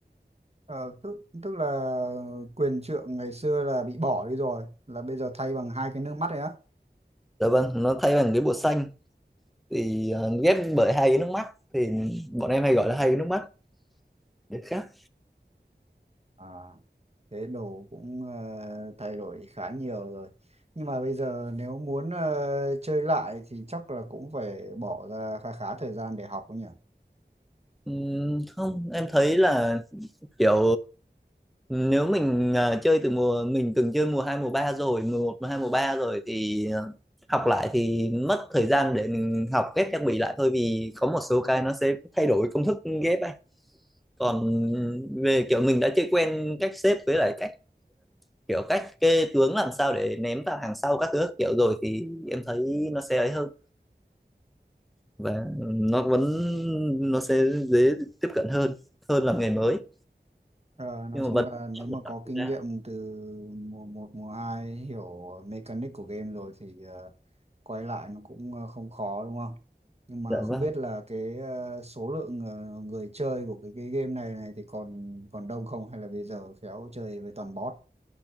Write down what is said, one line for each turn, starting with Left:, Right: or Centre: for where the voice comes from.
Right: Ờ, tức, tức là quyền trượng ngày xưa là bị bỏ đi rồi, là bây giờ thay bằng hai cái nước mắt ấy á.
Centre: dạ vâng nó thay bằng cái bột xanh thì ờ, ghép bởi hai cái nước mắt thì bọn em hay gọi là hai cái nước mắt để khác
Right: À, thế đồ cũng ờ, thay đổi khá nhiều rồi. Nhưng mà bây giờ nếu muốn ờ, chơi lại thì chắc là cũng phải bỏ ra khá khá thời gian để học ấy nhỉ.
Centre: Ừm, không em thấy là kiểu nếu mình ờ, chơi từ mùa mình từng chơi mùa 2 mùa 3 rồi mùa một mùa 2 mùa 3 rồi thì ờ, học lại thì mất thời gian để mình học ghép trang bị lại thôi vì có một số cái nó sẽ thay đổi công thức ghép ấy còn về kiểu mình đã chơi quen cách xếp với lại cách kiểu cách kê tướng làm sao để ném vào hàng sau các thứ các kiểu rồi thì em thấy nó sẽ ấy hơn và nó vẫn nó sẽ dễ tiếp cận hơn hơn là nghề mới
Right: Ờ, nói
Centre: nhưng
Right: chung
Centre: mà vẫn
Right: là nếu
Centre: mất
Right: mà
Centre: một
Right: có
Centre: khoảng thời
Right: kinh
Centre: gian
Right: nghiệm từ mùa một mùa hai hiểu mechanic của game rồi thì ờ, quay lại nó cũng ờ, không khó đúng không? Nhưng mà
Centre: dạ
Right: không
Centre: vâng
Right: biết là cái ờ, số lượng ờ, người chơi của cái, cái game này này thì còn còn đông không hay là bây giờ khéo chơi với toàn bot?